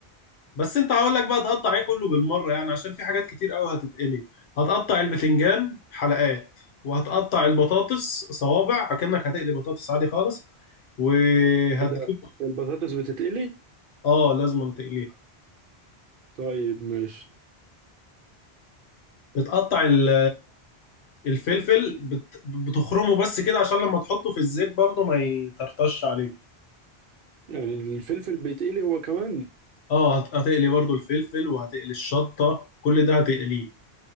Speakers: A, on the left (about 80°); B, on the right (about 60°).
A: بس انت هقول لك بقى تقطع ايه كله بالمره يعني عشان في حاجات كتير قوي هتتقلي هتقطع البتنجان حلقات وهتقطع البطاطس صوابع اكنك هتقلي بطاطس عادي خالص وهتجيب
B: ايه ده البطاطس بتتقلي
A: اه لازم تقليها
B: طيب ماشي
A: بتقطع ال... الفلفل بت... بتخرمه بس كده عشان لما تحطه في الزيت برضه ما يطرطش عليك
B: يعني الفلفل بيتقلي هو كمان
A: اه هت- هتقلي برضو الفلفل وهتقلي الشطة كل ده هتقليه